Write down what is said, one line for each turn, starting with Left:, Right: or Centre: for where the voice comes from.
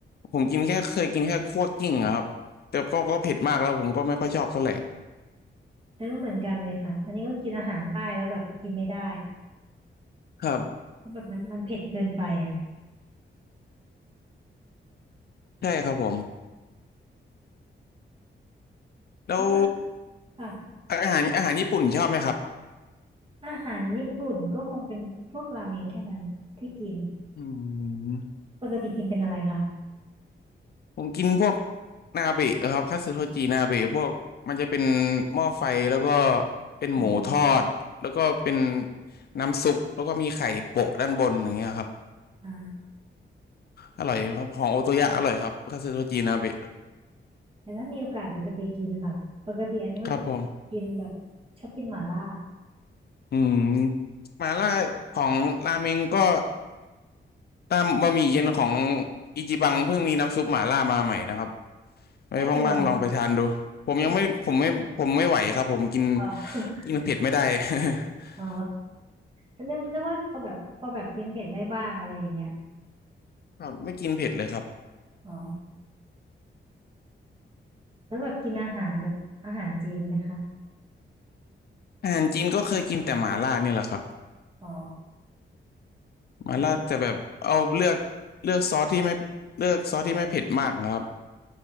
Left: ผมกินแค่เคยกินแค่คั่วกลิ้งอะครับแต่ก็ก็เผ็ดมากแล้วผมก็ไม่ค่อยชอบเท่าไหร่
Right: เออเหมือนกันเลยค่ะอันนี้ก็กินอาหารใต้แล้วแบบกินไม่ได้
Left: ครับ
Right: ก็แบบมันมันเผ็ดเกินไปอ่ะ
Left: ใช่ครับผมแล้ว
Right: แล้วแบบค่ะ
Left: อาหารอาหารญี่ปุ่นชอบไหมครับ
Right: อาหารญี่ปุ่นก็คงเป็นพวกราเมงแค่นั้นที่กิน
Left: อืม
Right: ปกติกินเป็นอะไรคะ
Left: ผมกินพวกนาเบะเออครับคัตสึโทจินาเบะพวกมันจะเป็นหม้อไฟแล้วก็เป็นหมูทอดแล้วก็เป็น
Right: อืม
Left: น้ำซุปแล้วก็มีไข่โปะด้านบนอย่างเงี้ยครับ
Right: อ่า
Left: อร่อยครับของโอโตยะอร่อยครับคัตสึโทจินาเบะ
Right: แต่ถ้ามีโอกาสเดี๋ยวจะไปกินค่ะปกติอันนี้ก็จะ
Left: ครับผม
Right: กินแบบชอบกินหม่าล่า
Left: อืมมาล่าของราเมงก็ตามบะหมี่เย็นของอิจิบังเพิ่งมีน้ำซุปหม่าล่ามาใหม่นะครับไว้ว่างๆลองไปทานดูผมยังไม่ผมไม่ผมไม่ไหวครับผมกิน
Right: ได้ไปลองได้อ๋อ
Left: กินเผ็ดไม่ได้
Right: <laughs>
Left: <laughs>
Right: อ๋อนึกนึกว่าพอแบบพอแบบกินเผ็ดได้บ้างอะไรอย่างเงี้ย
Left: ครับไม่กินเผ็ดเลยครับ
Right: อ๋อแล้วแบบกินอาหารแบบอาหารจีนไหมคะ
Left: อาหารจีนก็เคยกินแต่หม่าล่าเนี่ยแหละครับ
Right: อ๋อ
Left: หม่าล่าจะแบบเอาเลือกเลือกซอสที่ไม่เลือกซอสที่ไม่เผ็ดมากนะครับ
Right: เด็กก็